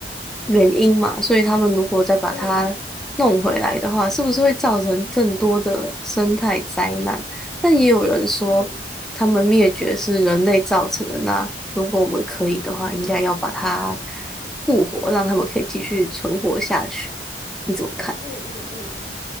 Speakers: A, in the centre; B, on the left.
A: 原因嘛？所以他们如果再把它弄回来的话，
B: 嗯
A: 是不是会造成更多的生态灾难？但也有人说，
B: 嗯
A: 他们灭绝是人类造成的。那如果我们可以的话，应该要把它复活，让他们可以继续存活下去。你怎么看？
B: 嗯嗯嗯，